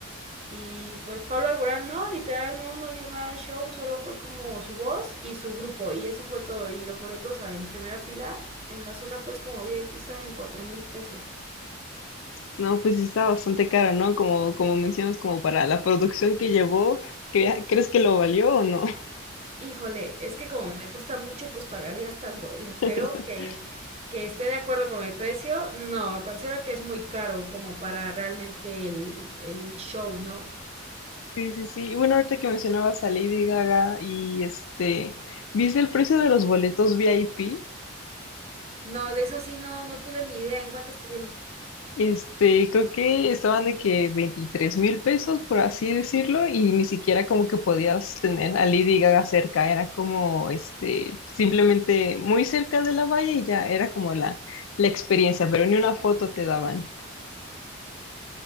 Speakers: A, on the right; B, on the left.
A: Y pues Pablo Alborán no, literal no, no dio nada de show, solo fue como su voz y su grupo y eso fue todo. Y los boletos ah, en primera fila, en la zona pues como VIP estaban en cuatro mil pesos.
B: No, pues sí está bastante caro, ¿no? Como, como mencionas, como para la producción que llevó, ¿cre- ¿crees que lo valió o no?
A: Híjole, es que como me gusta mucho pues pagaría hasta el doble,
B: <laughs>
A: pero que, que esté de acuerdo con el precio, no, considero que es muy caro como para realmente el, el show, ¿no?
B: Sí, sí, sí. Y Bueno, ahorita que mencionabas a Lady Gaga y este, ¿viste el precio de los boletos VIP?
A: No, de eso sí no, no tuve ni idea en cuánto estuvieron.
B: Este, creo que estaban de que veintitrés mil pesos, por así decirlo, y ni siquiera como que podías tener a Lady Gaga cerca, era como, este, simplemente muy cerca de la valla y ya era como la, la experiencia, pero ni una foto te daban.